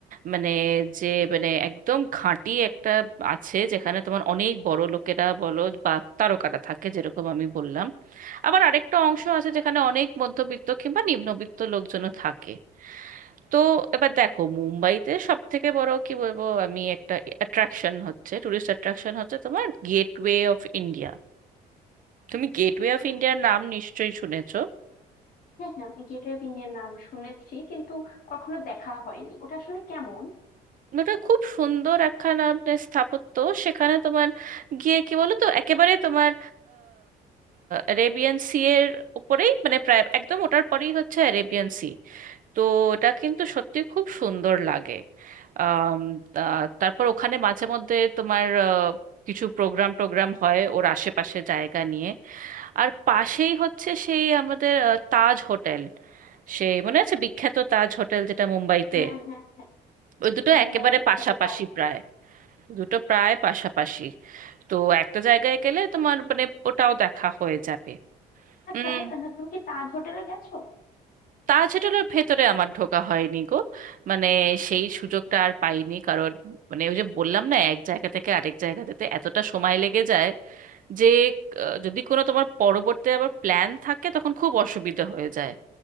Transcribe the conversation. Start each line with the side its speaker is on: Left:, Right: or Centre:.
Right: মানে যে মানে একদম ঘাঁটি একটা আছে যেখানে তোমার অনেক বড় লোকেরা বলো বা তারকারা থাকে যেরকম আমি বললাম আবার আরেকটা অংশ আছে যেখানে অনেক মধ্যবিত্ত কিংবা নিম্নবিত্ত লোকজনও থাকে তো এবার দেখো মুম্বাইতে সব থেকে বড় কি বলবো আমি একটা অ্যাট্রাকশন হচ্ছে টুরিস্ট অ্যাট্রাকশন হচ্ছে তোমার গেটওয়ে অফ ইন্ডিয়া তুমি গেটওয়ে
Left: আচ্ছা
Right: অফ ইন্ডিয়ার নাম নিশ্চয়ই শুনেছো
Left: হ্যাঁ হ্যাঁ আমি গেট ওয়ে অফ ইন্ডিয়ার নাম শুনেছি কিন্তু কখনো দেখা হয়নি ওটা আসলে কেমন
Right: ওটা খুব সুন্দর একখানা আপনার স্থাপত্য সেখানে তোমার গিয়ে কি বলো তো একেবারে তোমার আরেবিয়ান সি এর উপরেই মানে প্রায় একদম ওটার পরেই হচ্ছে অ্যারেবিয়ান সি তো ওটা কিন্তু সত্যি খুব সুন্দর লাগে আম, তা- তারপর ওখানে মাঝে মধ্যে তোমার আহ, কিছু প্রোগ্রাম টোগ্রাম হয় ওর আশেপাশে জায়গা নিয়ে আর পাশেই হচ্ছে সেই আমাদের আহ, তাজ হোটেল সেই মনে আছে বিখ্যাত তাজ হোটেল যেটা মুম্বাইতে
Left: হ্যাঁ হ্যাঁ হ্যাঁ
Right: ওই দুটো
Left: মুম্বাইয়ের
Right: একেবারে
Left: বিখ্যাত
Right: পাশাপাশি
Left: তাজ
Right: প্রায় দুটো প্রায় পাশাপাশি তো একটা জায়গায় গেলে তোমার মানে ওটাও দেখা হয়ে যাবে
Left: আচ্ছা
Right: হুম
Left: আহ, তুমি কি তাজ হোটেলে গেছো
Right: তাজ হোটেলের ভেতরে আমার ঢোকা হয়নি গো মানে সেই সুযোগটা আর পাইনি কারণ মানে ওই যে বললাম না এক জায়গা থেকে আরেক জায়গাতে এতটা সময় লেগে যায় যে আহ, যদি কোনো তোমার পরবর্তী আবার প্ল্যান থাকে তখন খুব অসুবিধা হয়ে যায়